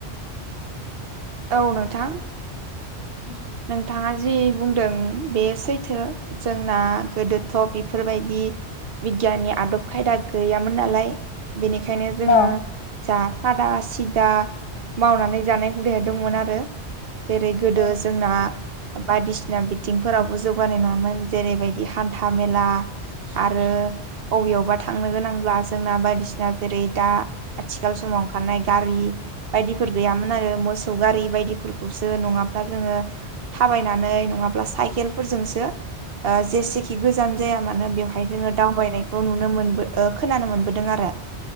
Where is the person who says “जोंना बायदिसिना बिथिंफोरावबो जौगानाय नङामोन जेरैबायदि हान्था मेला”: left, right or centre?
Right